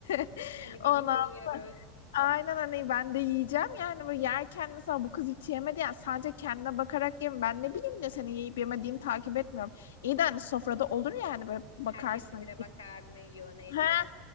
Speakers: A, on the left; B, on the left.
A: <laughs>
B: hani birlikte
A: ondan
B: yiyoruz.
A: sonra aynen hani ben de yiyeceğim yani böyle yerken mesela bu kız hiç yemedi yani sadece kendine bakarak yem ben ne bileyim de senin yiyip yemediğini takip etmiyorum. İyi de hani sofrada olur yani böyle bakarsın.
B: Herkes birbirine bakar, ne yiyor, ne ediyor.
A: Ha